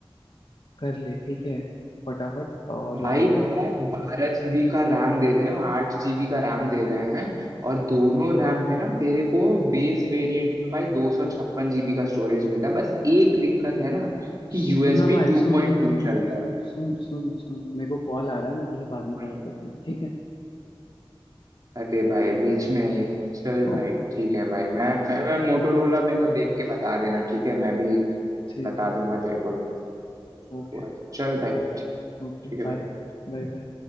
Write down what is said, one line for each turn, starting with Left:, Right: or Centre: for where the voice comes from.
Left: कर ले ठीक है फटाफट और
Right: भाई
Left: अ,
Right: पता है बारह जीबी का रैम दे रहे हैं और आठ जीबी का रैम दे रहे हैं और दोनों रैम में ना तेरे को बेस वेरिएंट में भाई दो सौ छप्पन जीबी का स्टोरेज मिलता है बस एक दिक्कत है ना कि
Left: सुना
Right: यूएसबी
Left: भाई
Right: टू
Left: सुन
Right: पॉइंट
Left: सुन
Right: टू
Left: सुन
Right: चल
Left: सुन सुन
Right: रहा है
Left: सुन सुन सुन मेरे को कॉल आ रहा है मैं तुझसे बाद में
Right: उसमें।
Left: बात करता हूँ ठीक है
Right: अरे भाई बीच में ये- चल भाई
Left: ओके
Right: ठीक है भाई मैं मैं,
Left: ओके
Right: मैं मोटोरोला मेरे को देख के बता देना ठीक है मैं भी
Left: ठीक
Right: बता
Left: है
Right: दूंगा तेरे को कुछ
Left: Okay
Right: हुआ तो चल भाई ठीक
Left: Okay
Right: है
Left: bye
Right: भाई
Left: bye bye